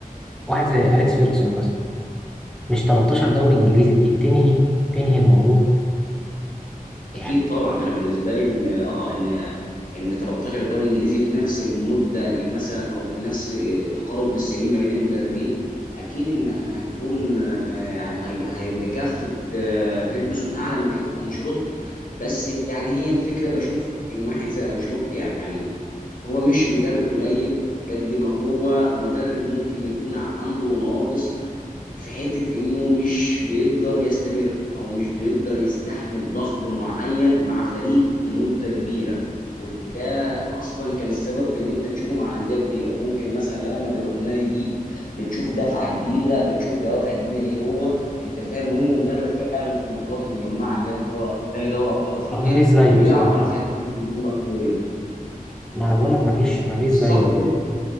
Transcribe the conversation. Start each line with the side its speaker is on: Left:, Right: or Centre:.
Centre: واحد زي اليكس فيرجسون مثلا مش 13 دوري انجليزي دي تنهي تنهي الموضوع يعني
Left: اكيد طبعا انا بالنسبه لي ان اه ان ان 13 دوري انجليزي في نفس المده اللي مثلا او في نفس تقارب السنين ما بين المدربين اكيد ان هتكون آه، يعني هي- هيبقى كفه آه، فيرجسون اعلى من كفه انشيلوتي بس يعني هي الفكره بشوف ان واحد زي انشيلوتي يعني هو مش مدرب قليل قد ما هو مدرب ممكن يكون عنده نواقص في حتة انه مش بيقدر يستمر او مش بيقدر يستحمل ضغط معين مع فريق لمدة كبيرة وده اصلا كان السبب في ان انت تشوفه مع انديه كبيره ممكن مثلا لما بيروح نادي جديد بتشوف دفعه جديده بتشوف دوافع جديده ليه هو انت فاهم وانه مدرب فعلا في البطولات المجمعه اللي هي دوري زي دوري ابطال افريقيا
Centre: اه مفيش زيه
Left: بيعرف
Centre: بصراحة
Left: يتحكم في الأندية الأقوية.
Centre: ما انا بقول لك مفيش مفيش
Left: بالظبط
Centre: زيه